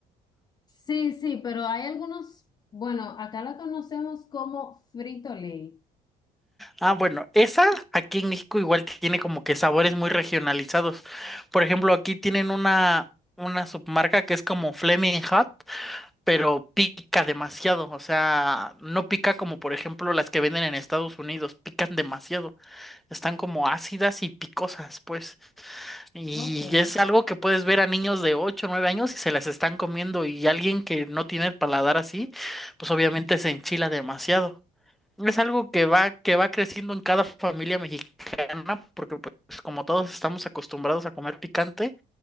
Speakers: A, on the left; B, in the centre.
A: Sí, sí, pero hay algunos, bueno, acá la conocemos como frito ley.
B: Ah, bueno, esa aquí en México igual tiene como que sabores muy regionalizados. Por ejemplo, aquí tienen una una submarca que es como Flaming Hot pero pica demasiado, o sea, no pica como por ejemplo las que venden en Estados Unidos, pican demasiado, están como ácidas y picosas, pues, y
A: Okay.
B: es algo que puedes ver a niños de 8, o 9 años y se las están comiendo y alguien que no tiene el paladar así, pues obviamente se enchila demasiado. Es algo que va, que va creciendo en cada familia mexicana, porque pues como todos estamos acostumbrados a comer picante,